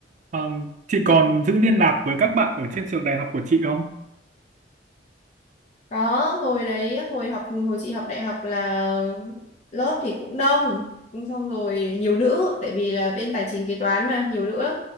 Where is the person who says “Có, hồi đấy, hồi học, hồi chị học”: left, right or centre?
Left